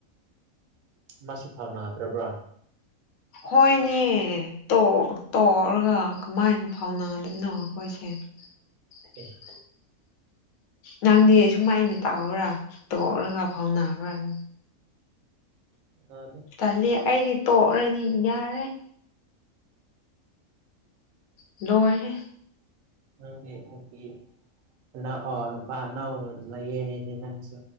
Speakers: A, on the right; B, on the left.
A: ꯃꯥꯁꯨ ꯐꯥꯎꯅꯗ꯭ꯔꯕ꯭ꯔꯥ
B: ꯍꯣꯏꯅꯦ ꯇꯣꯛꯂꯒ ꯀꯃꯥꯏꯅ ꯐꯥꯎꯅꯗꯣꯏꯅꯣ ꯑꯩꯈꯣꯏꯁꯦ <unintelligible>
A: ꯑꯦ
B: ꯅꯪꯗꯤ ꯁꯨꯃꯥꯏꯅ ꯇꯥꯎ꯭ꯔꯥ ꯇꯣꯛꯂꯒ ꯐꯥꯎꯅꯈ꯭ꯔꯥꯅꯤ
A: ꯑ ꯑꯗꯨ
B: ꯇꯜꯂꯤ ꯑꯩꯗꯤ ꯇꯣꯛꯂꯗꯤ ꯌꯥꯔꯦ ꯂꯣꯏꯔꯦ
A: ꯅꯪꯅꯦ ꯅꯨꯄꯤ ꯑꯅ ꯅꯨꯄꯥ ꯑꯅꯧ ꯂꯩꯌꯦ ꯍꯥꯏꯅꯦ ꯅꯪꯁꯨ